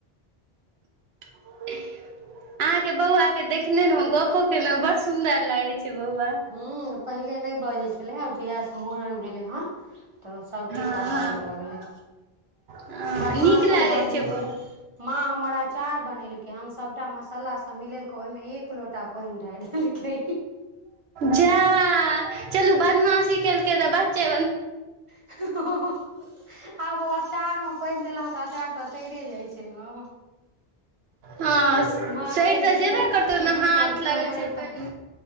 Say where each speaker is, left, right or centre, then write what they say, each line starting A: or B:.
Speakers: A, on the right; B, on the right.
A: <inaudible> अहाँ के बौआ के देखने रहू गपो केनें बड़ सुंन्दर लागे छै बौआ
B: हूँ पहिले नहि बजै छलै आब जहिआ से मूड़न भेलै हँ तऽ सब
A: हँ
B: कुछ आब
A: हँ
B: बाजऽ लगलै
A: हँ
B: बदमाशो
A: नीक लागै
B: बड्ड
A: बौआ
B: छै माँ हमर अचार बनेलकै हम सभटा मसाला सब मिलेलको ओहिमे एक लोटा पैन डैरह देलकै
A: जा चलू बदमाशी केलकै तऽ बच्चे
B: हँ आब ओ अचारमे पैन देलासँ अचार तऽ सैरे जाइ छै ने
A: हँ
B: माँ
A: सड़ि
B: कहै
A: तऽ
B: छै
A: जेबे
B: दखै
A: करतौ
B: छी
A: ने
B: की
A: हाथ
B: करै छाउ
A: लगै
B: हम कहलिए
A: छै पानि